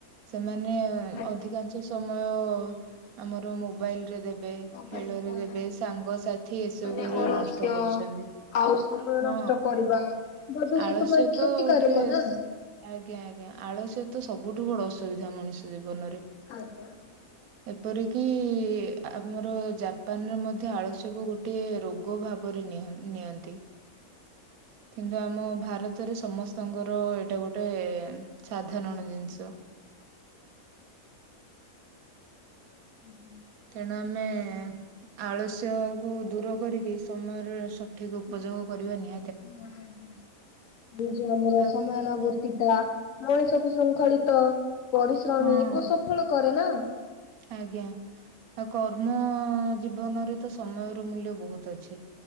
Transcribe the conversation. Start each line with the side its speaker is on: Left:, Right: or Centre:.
Right: ସେମାନେ
Left: ଆଜ୍ଞା
Right: ଅଧିକାଂଶ ସମୟ ଆମର ମୋବାଇଲରେ ଦେ ଖିବେ
Left: ମୋବାଇଲ
Right: ଖେଳରେ
Left: ଫୋନ
Right: ଯେବେ
Left: ଆଜ୍ଞା
Right: ସାଙ୍ଗସାଥି
Left: ଆଜ୍ଞା
Right: ଏସବୁରେ
Left: ମାନେ ଅଳସ୍ୟ
Right: ନ <unintelligible> କରୁଚନ୍ତି
Left: ଆଉ ସମୟ ନଷ୍ଟ
Right: ହଁ
Left: କରିବା ଭବିଷ୍ୟତ
Right: ଆଳସ୍ୟ
Left: ପାଇଁ କ୍ଷତିକାରକ
Right: ତ ଗୋଟେ
Left: ନା
Right: ଆଜ୍ଞା ଆଜ୍ଞା ଆଳସ୍ୟ ତ ସବୁଠୁ ବଡ ଅସୁବିଧା ମଣିଷ ଜୀବନରେ।
Left: ଆଜ୍ଞା।
Right: <unintelligible> ଏପରିକି ଆମର ଜାପାନରେ ମଧ୍ୟ ଆଳସ୍ୟକୁ ଗୋଟିଏ ରୋଗ ଭା ବରେ ନିଅ-ନିଅନ୍ତି କିନ୍ତୁ ଆମ ଭାର ତରେ ସମସ୍ତଙ୍କର ଏଇଟା ଗୋଟେ ସାଧାରଣ ଜିନିଷ।
Left: ହୁଁ ହୁଁ।
Right: କାରଣ ଆମେ ଆଳସ୍ୟକୁୁ ଦୂର କରିକି ସମୟରେ ଠିକ୍ ଉପଯୋଗ କରିବା ନି
Left: <inaudible> ହଁ ଆଜ୍ଞା ଏ ଯୋଉ ଆମର
Right: ଆଉ
Left: ସମୟାନବୁ ଏକଲା ମଣିଷକୁ ଶୃଙ୍ଖଳିତ ପରିଶ୍ରମୀ
Right: ହଁ
Left: ଓ ସଫଳ କରେନା।
Right: ଆଜ୍ଞା। ଆ କର୍ମ ଜୀବନରେ ତ ସମୟର ମୂଲ୍ୟ ବୋହୁତ ଅଛି।